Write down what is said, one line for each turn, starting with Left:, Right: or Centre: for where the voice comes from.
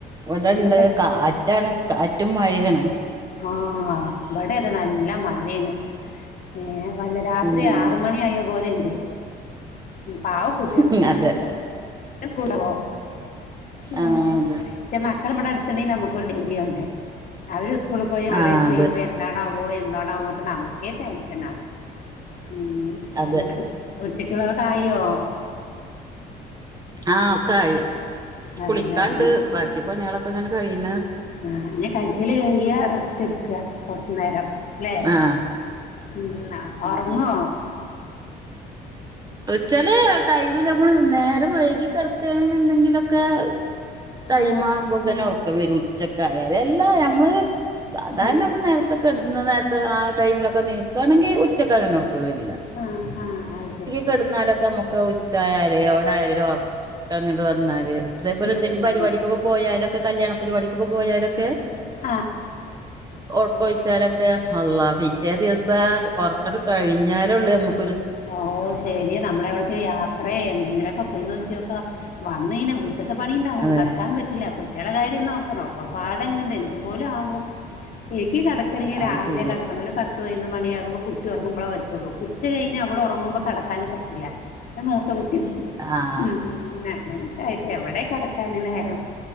Right: ഇവിടെ
Left: എന്താ
Right: ഇണ്ട്
Left: പരി
Right: കാറ്റാണ് കാറ്റുംമഴിയാണ്
Left: ആഹ് ഇബടെ താ നല്ല മഴാണ് ഏഹ് വല്ല രാത്രി
Right: ഉം
Left: ആറ് മണി ആയ പോലെണ്ട് പാവം കുട്ട്യ
Right: ഉം അതെ.
Left: കുട്ടോ ഏഹ്
Right: ആ അതെ
Left: പക്ഷെ മക്കളമ്മുടെ അടുതുണ്ണ്ടെണ്ടെങ്കി നമ്മ്ക്കൊരു <unintelligible> യാണ് അവര് സ്കൂളിൽ പോയി മഴേ
Right: ആ
Left: പെയുമ്പ
Right: അതെ
Left: എന്താണാവോ എന്താണാവോട്ടറഞ്ഞിട്ട് നമുക്കേ ടെൻഷനാ ഉം
Right: അതെ
Left: അങ്ങനെ ഉച്ചക്ക്ള്ളതൊക്കെ ആയോ?
Right: ആഹ് ഒക്കെ ആയി.
Left: അതല്ലേ
Right: കുളിക്കാണ്ട്
Left: ഇനി-
Right: ബാക്കി പണികളൊക്കെ ഇങ്ങനെ കഴിയ്ണ്
Left: ആഹ് ന്നെ കാഴ്ത്തില് കേറിയ റസ്റ്റ്ട്ക്ക കൊറച്ച് നേരം ല്ലെ
Right: ആ
Left: ഉം ഒറങ്ങോ
Right: ഉ ചെലേ ടൈമിൽ നമ്മള് നേരം വൈകി കെട്ക്കാണ്ന്ന്ണ്ടെങ്കിലൊക്കെ, ടൈമാവുമ്പ
Left: ആ
Right: തന്നെ ഒർക്കം വെരും ഉച്ചെക്കായാല് എല്ലാ ഞമ്മള് സാധാരണ
Left: ഉം.
Right: നമ്മൾ ന്നേരത്തെകട്ന്ന് നേരത്തെ ആ ടൈമിലൊക്കെ നിക്കാണെങ്കിൽ ഉച്ചക്കങ്ങനെ ഉറക്ക വെര്ലാ.
Left: ആഹ് ആഹ് അയ്ശരി.
Right: കെട്ന്നാലൊക്കെ അമ്മക്ക് ഉച്ചായാലേ ഔടായാലും ഒരാെർ ക്ക ങ്ങട്ട് വന്നാല് അതേപോലെന്തെലും
Left: ഉം
Right: പരിപാടിക്കൊക്കെപോ
Left: ഉം
Right: പോയാലോക്കെ കല്യാണ പരിപാടിക്കൊക്കെ പോയാലൊക്കെ.
Left: ആ
Right: ഒർക്കൊഴിച്ചാലൊക്കെ ഹള്ളാ പിറ്റേ ദിവസ ആ ഒർക്കട്ട്കഴിഞ്ഞാലൊള്ളു നമ്മക്ക്.
Left: ആവൂ ശെരിയാണ് നമ്മളെ എവിടക്ക് യാ ത്രേ എന്തെങ്കിലൊക്കെ പോയി നോക്ക്യോക്കാ വന്നഴിഞ്ഞ വീട്ട്ത്തെ പണിണ്ടാവും
Right: അതെ
Left: കടക്കാൻ പറ്റില്ല. കുട്ടിയാളെ കാര്യം നോക്കണം ഒക്കപാടങ്ങട് എന്ത്പോലാവും എനിക്കി കട ക്കണങ്കി
Right: അത്
Left: രാവിലെ
Right: ശരിയാ
Left: കട്ക്കണം ഒരു പത്ത് പൈനൊന്ന് മണിയാകുമ്പൊ കുട്ടിഒർങ്ങുമ്പളപറ്റൊള്ളൂ ഉച്ചകഴിഞ്ഞ അവളൊർങ്ങുബൊകെ ക്കടക്കാന് പറ്റില്ല അ മൂത്ത കുട്ടി വരും
Right: ആഹ്
Left: ഉം- ഉം അങ്ങനൊക്കെ ആയിട്ട് എവെടെ കടക്കാന് നേരം